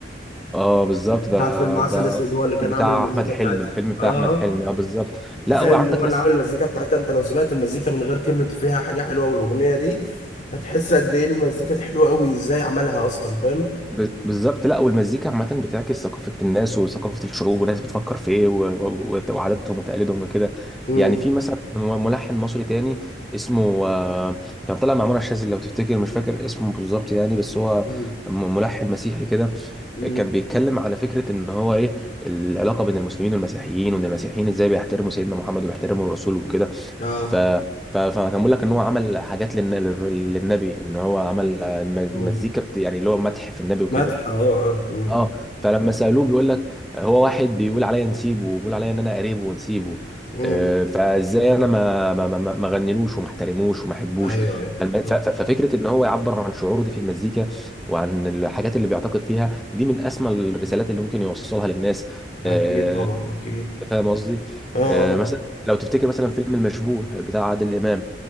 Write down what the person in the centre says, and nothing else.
اه بالظبط
ده
ده
بتاع
احمد حلمي
الفيلم بتاع
احمد حلمي اه بالظبط
لا هو عندك
ناس
ب- بالظبط لا والمزيكا عامة بتعكس ثقافة الناس وثقافة الشعوب والناس بتفكر في ايه و- و- و- وعاداتهم وتقاليدهم وكده
يعني في مثلا م- ملحن مصري تاني اسمه آه، كان طالع مع منى الشاذلي لو تفتكر مش فاكر اسمه بالظبط يعني بس هو
م- ملحن مسيحي كده
كان بيتكلم على فكرة ان هو ايه العلاقة بين المسلمين والمسيحيين وان المسيحيين ازاي بيحترموا سيدنا محمد وبيحترموا الرسول وكده
ف ف- فكان بيقول لك ان هو عمل حاجات للن- للر- للنبي ان هو عمل آه، م-
مزيكا بت- يعني اللي هو مدح في النبي وكده
اه فلما سالوه بيقول لك هو واحد بيقول عليا نسيبه وبيقول عليا ان انا قريبه ونسيبه
آه، فازاي انا ما ما ما ما غنيلوش وما احترموش وما احبوش
فالم- ف-
ف- ففكره ان هو يعبر عن شعوره دي في المزيكا وعن الحاجات اللي بيعتقد فيها دي من اسمى الرسالات اللي ممكن يوصلها للناس
آه،
فاهم قصدي
آه، مثلا لو تفتكر مثلا فيلم المشبوه بتاع عادل امام